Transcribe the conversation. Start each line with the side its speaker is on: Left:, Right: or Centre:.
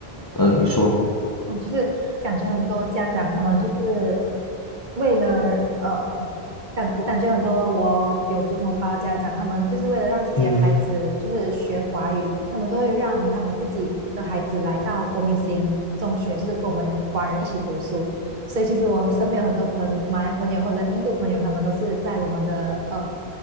Left: 嗯、你说，
Right: 哦，就是感觉很多家长他们就是为了呃，感我感觉很多我有族同胞的家长，他们就是为了让自己的孩子就是学华语，
Left: 嗯
Right: 他们都会让他们自己的孩子来到国民型中学，就是跟我们华人一起读书。所以其实我身边有很多朋马来朋友或者印度朋友，他们都是在我们的呃